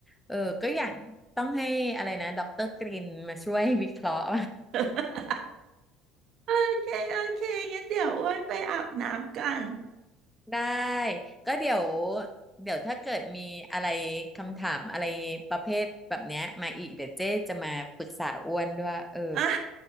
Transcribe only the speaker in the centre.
เออก็อย่างต้องให้อะไรนะดรกรินมาช่วยวิเคราะห์
ได้ก็เดี๋ยวเดี๋ยวถ้าเกิดมีอะไรคำถามอะไรประเภทแบบเนี้ยมาอีกเดี๋ยวเจ๊จะมาปรึกษาอ้วนด้วยเออ